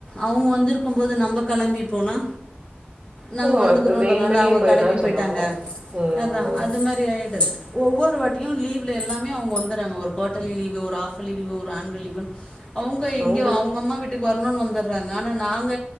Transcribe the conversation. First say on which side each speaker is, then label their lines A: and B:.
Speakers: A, on the left (about 25°); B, on the right (about 25°).
A: அவங்க வந்திருக்கூ நம்ம போது நம்ப கிளம்பி போனா நாங்க
B: உம்,
A: வந்துக்குறோ
B: இப்ப
A: இன்றதுனால
B: வேணுமென்னே
A: அவங்க
B: போயிடலாம்னு
A: கிளம்பி போயிட்டாங்க
B: சொல்லுவாங்க உம்,
A: அதான் அது மாரி ஆயிட்டத் ஒவ்வொரு வாட்டியூ லீவ்ல எல்லாமே அவங்க வந்துட்ன் ங்க ஒரு குவடர்லீ் லீவூ ஒரு ஹாப்லீ லீவு ஒரு ஆன்வல் லீவுன்னூ அவங்க இங்க
B: உங்களுக்கு
A: அவங்க அம்மா வீட்டுக்கு வரணும்ன்னு வந்துட்றாங்க ஆனா நாங்க